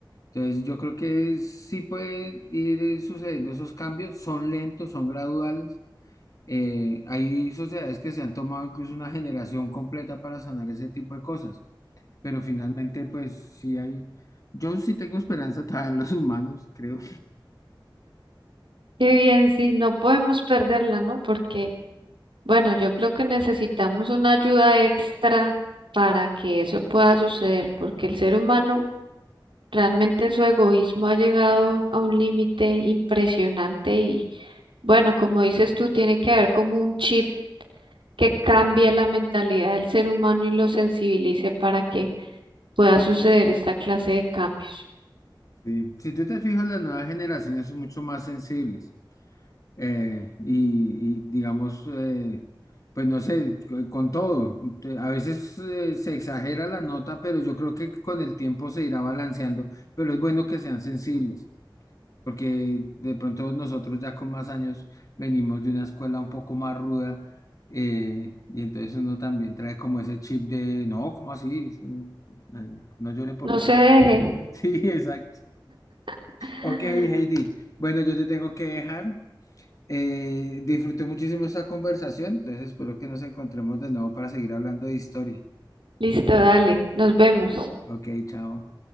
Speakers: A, on the left; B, on the right.
A: Entonces, yo creo que sí pueden ir eh, sucediendo esos cambios, son lentos, son graduales, eh, hay sociedades que se han tomado incluso una generación completa para sanar ese tipo de cosas, pero finalmente, pues sí hay, yo sí tengo esperanza todavía en los humanos, creo.
B: Qué bien, sí, no podemos perderla, ¿no? Porque, bueno, yo creo que necesitamos una ayuda extra para que eso pueda suceder, porque el ser humano realmente en su egoísmo ha llegado a un límite impresionante y, bueno, como dices tú, tiene que haber como un chip que cambie la mentalidad del ser humano y lo sensibilice para que pueda suceder esta clase de cambios.
A: Sí. Si tú te fijas, las nuevas generaciones son mucho más sensibles eh, y, y, digamos, eh, pues no sé, co- con todo. Te- A veces eh, se exagera la nota, pero yo creo que con el tiempo se irá balanceando, pero es bueno que sean sensibles. porque de pronto nosotros ya con más años venimos de una escuela un poco más ruda, eh, y entonces uno también trae como ese chip de, no, ¿cómo así? Eso, eh, No llore por
B: No
A: todo.
B: se deje.
A: <laughs> Sí, exacto.
B: <laughs>
A: Ok, Heidi. Bueno, yo te tengo que dejar. Eh, disfruté muchísimo esta conversación, entonces espero que nos encontremos de nuevo para seguir hablando de historia.
B: Listo, dale, nos vemos.
A: Ok, chao.